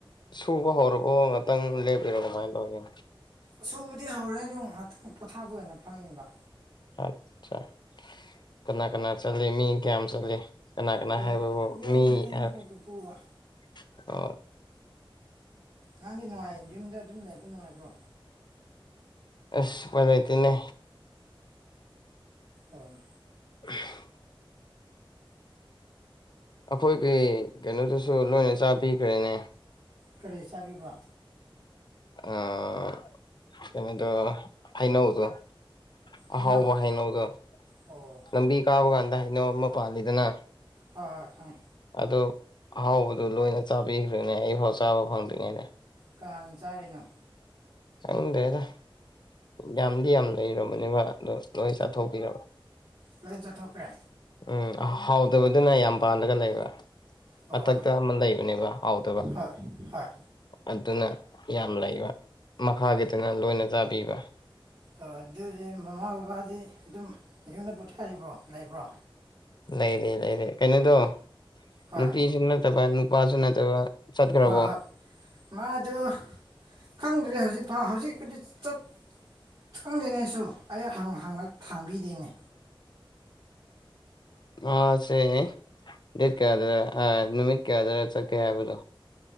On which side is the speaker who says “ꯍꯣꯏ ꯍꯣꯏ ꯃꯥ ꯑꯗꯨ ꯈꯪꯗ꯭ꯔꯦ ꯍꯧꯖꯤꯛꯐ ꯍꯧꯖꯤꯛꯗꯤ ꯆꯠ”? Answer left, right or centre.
Right